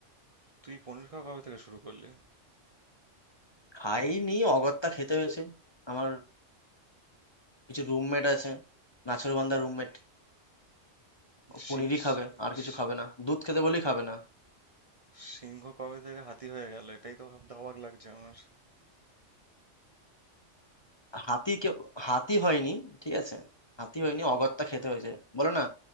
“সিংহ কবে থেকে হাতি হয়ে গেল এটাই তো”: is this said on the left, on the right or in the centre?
Right